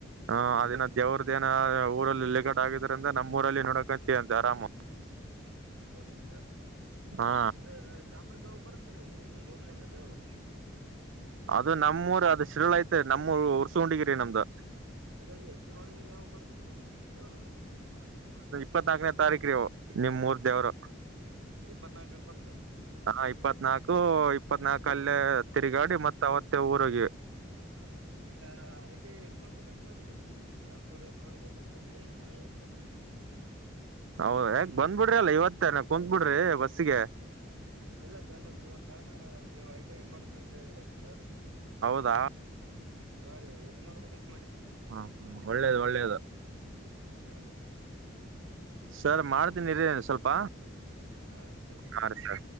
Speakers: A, on the right (about 70°); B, on the right (about 85°).
A: ಹ ಅದೇನೋ ದೇವ್ರದ್ ಏನೋ ಊರಲ್ಲಿ ಲೆಗ ಆಗಿದ್ರಿಂದ ನಮ್ಮ್ ಊರಲ್ಲಿ ನೋಡಕಂತೀವಿ ಅಂತ್ ಆರಾಮು.
B: ಹೌದ ಸರ್
A: ಹಾ
B: ಇದ್ ಶಾಪರ್ಕ್ಕೆ ಯಾವಗ್ ಬರ್ತ್ರೀ ನಿಮ್ಮ್ ಊರ್ಲಿಂದ ದೇವರು
A: ಅದು ನಮ್ಮೂರ್ ಅದು ಶಿರಳ ತೆ ನಮ್ಮೂ ಉರ್ಸಕೊಂಡಿಗಿರಿ ನಮ್ದ
B: ಅದೇಲ್ಲಿ ಶರವಣಿ ನಾವ ಬರ್ತ್ತದೆ ದೇವರದ
A: ಇಪ್ಪತ್ನಾಾಕನೇ ತಾರೀಕ ರವು ನಿಮ್ ಮೂರ್ ದೇವ್ರು
B: ಇಪ್ಪತ್ನಾಲ್ಕ ಬರ್
A: ಹಾ ಇಪ್ಪತ್ನಾಲ್ಕು ಇಪ್ಪತ್ನಾಕ ಅಲ್ಲೇ ತಿರುಗಾಡಿ ಮತ್ ಅವತ್ತೆ ಊರರಿಗೆ
B: ಇಲ್ಲ ಐಟ ಹೆಂಗ ಮಾಡ್ಬೇಕಂತ ಮಾಡ್ರಿ ಇ ಯ್ಯಾಪಾರ ಮಾಡ್ಬೇಕಂತ ಮಾಡ್ರಿ ನ
A: ಹೌದ ಯಾಕ ಬಂದ್ಬಿಡ್ರಿ ಅಲ್ಲ ಇವತ್ತೇನ ಕುತ್ ಬಿಿಡ್ರಿ ಬಸ್ಸಗೆ
B: ಇಲ್ಲ ಸರ್ ಇವಾಗ ನೀವು ಐ ಟಿ ಐ ಮಾಡಕ ಅಂತ ಹೇಳಿದಿರಲ್ಲ ಸರ್
A: ತ್ತ
B: ಹಾ ರೀ ಎಲ್ಲಿ ಮಾಡ್ಬಬೇಕ
A: ಹಾ ಹ ಒಳ್ಳೇದ್ ಒಳ್ಳೇದು
B: ಹಾ ರೀ
A: ಸರ್ ಮಾಡ್ತೀನಿರಿ ಸ್ವಲ್ಪ
B: ಹಾ ಸರಿ ಸರಿ.
A: ಹಾ ರೀ ಸರ್